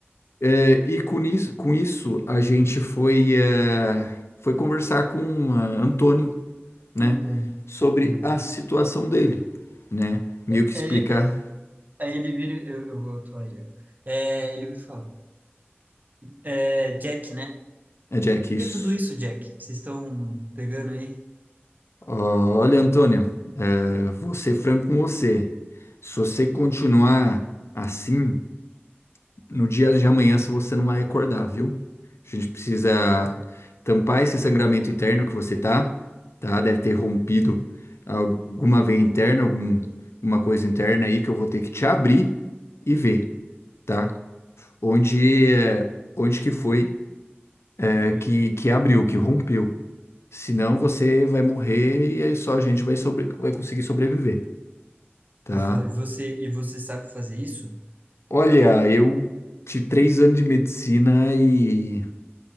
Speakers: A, on the left; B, on the right.
A: É, e com isso, com isso, a gente foi, é, foi conversar com uh, Antônio, né?
B: Antônio.
A: Sobre
B: Beleza.
A: a situação dele, né? Meio
B: É,
A: que explicar,
B: é, aí ele vira, eu, eu vou atuar ele agora. É, ele me fala, é, Jack, né?
A: é, Jack,
B: O
A: isso.
B: que é tudo isso, Jack? Vocês estão pegando aí?
A: Ó, olha, Antônio, é, vou ser franco com você. Se você continuar assim, No dia de amanhã se você não vai acordar, viu? A gente precisa tampar esse sangramento interno que você tá, tá? Deve ter rompido alguma veia interna, algum, alguma coisa interna aí que eu vou ter que te abrir e ver, tá? Onde, é, onde que foi, é,
B: Uhum.
A: que, que abriu, que rompeu. Senão você vai morrer e aí só a gente vai, sobre, vai conseguir sobreviver, tá?
B: Ele fala, e você, e você sabe fazer isso?
A: Olha, eu tive três anos de medicina e